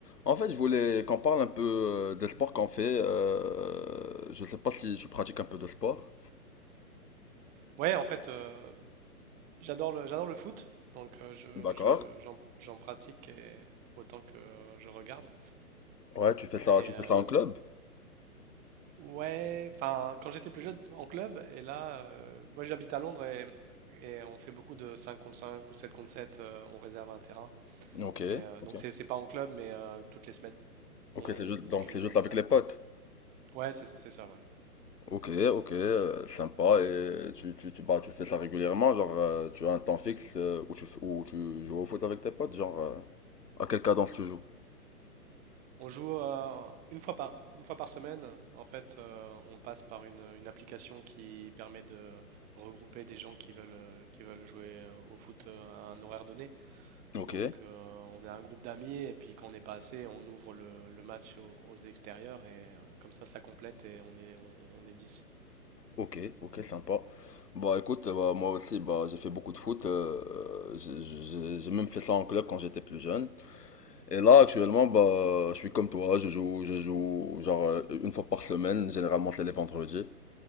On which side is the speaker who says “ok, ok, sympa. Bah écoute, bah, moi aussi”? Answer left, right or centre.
Left